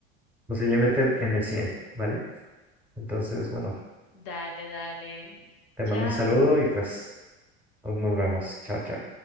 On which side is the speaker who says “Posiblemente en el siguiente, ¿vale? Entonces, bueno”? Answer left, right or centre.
Centre